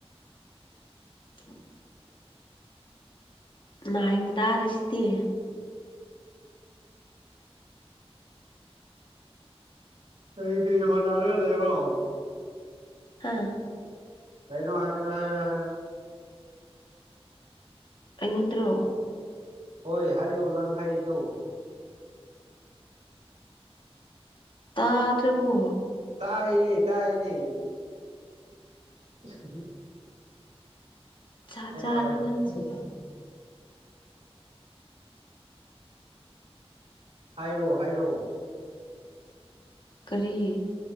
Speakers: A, on the left; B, on the right.
A: <unintelligible> ꯍꯥꯏ ꯇꯥꯔꯤꯁꯤꯗꯤ
B: ꯀ ꯀꯔꯤ ꯍꯣꯟ ꯍꯥꯏꯔꯒ ꯂꯩꯕ꯭ꯔꯣ
A: ꯍꯥꯥ
B: ꯀꯩꯅꯩꯅꯣ ꯍꯥꯏꯌ ꯍꯥꯏ ꯍꯥꯏ
A: ꯑꯩꯉꯣꯟꯗ꯭ꯔꯣ
B: ꯍꯣꯏ ꯍꯥꯏꯌꯣ ꯅꯪ ꯍꯥꯏꯗꯣ
A: ꯇꯕꯣ
B: ꯀꯥꯏ ꯀꯥꯏꯅꯦ ꯎ
A: ꯆꯥ ꯆꯥꯅꯤ
B: ꯍꯥꯏꯌꯣ
A: ꯆꯁ
B: ꯍꯥꯏꯔꯣ ꯍꯥꯏꯔꯣꯑꯣ
A: ꯀꯔꯤ